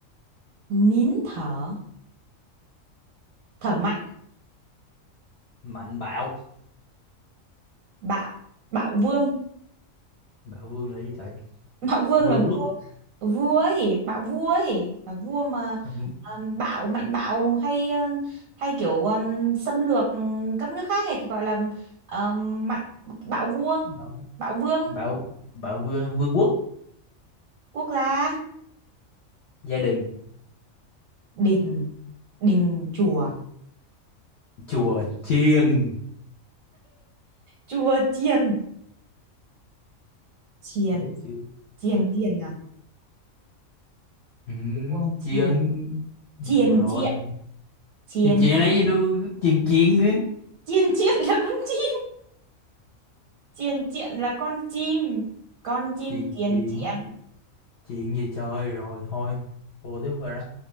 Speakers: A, on the right (about 80°); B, on the left (about 60°).
A: nín thở thở mạnh
B: mạnh bạo
A: bạo bạo vương
B: bạo vương là gì trời
A: <laughs> bạo vương
B: vương
A: là vua
B: quốc
A: vua ấy bạo vua ấy là vua mà
B: Ừm,
A: um, bạo mạnh bạo hay ờ, hay kiểu um, xâm lược um, các nước khác ấy thì gọi là um, mạnh bạo vua
B: bạo
A: bạo vương
B: bạo bạo vương vương quốc
A: quốc gia
B: gia đình
A: đình đình chùa
B: chùa chiêng
A: chùa chiền chiền
B: chết chưa
A: chiền chiền à
B: Ừm,
A: chùa chiền
B: chiêng
A: chiền
B: thôi rồi
A: chiện chiền
B: chị chị lấy gì đâu chuyện chuyện á
A: chiên chiết là con chim chiên chiện là con chim con chim
B: chuyện
A: chiên
B: chuyện
A: chiện
B: chuyện gì chơi rồi thôi thua tiếp rồi đó